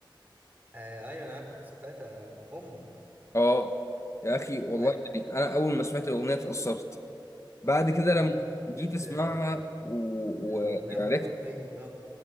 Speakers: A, on the right; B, on the left.
A: آه ايوه انا عارف القصه بتاعتها امه
B: اه يا اخي والله
A: ايوه
B: يعني انا اول ما سمعت الاغنيه اتاثرت بعد كده
A: لا
B: لما
A: لا بجد
B: جيت اسمعها
A: آه،
B: و-
A: الأغنية
B: وعرفت
A: خرافية